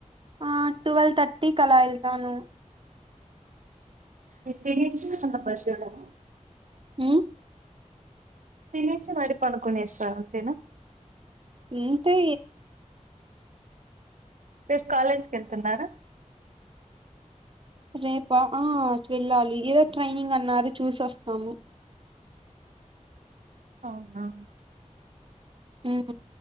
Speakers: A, on the right; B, on the right.
A: ఆట్ టువల్ థర్టీ కలా ఏళ్తాను
B: ఇప్పుడేర్చి అంత బజ్జోడన్నా
A: హు
B: తినేసి మరి పడుకునేస్త అంతేనా
A: ఇంతే
B: రేపు కాలేజీకెళ్తున్నారా
A: రేపా ఆ వెళ్ళాలి. ఏదో ట్రైనింగ్ అన్నారు చూసొస్తాము
B: అవునా
A: ఉహు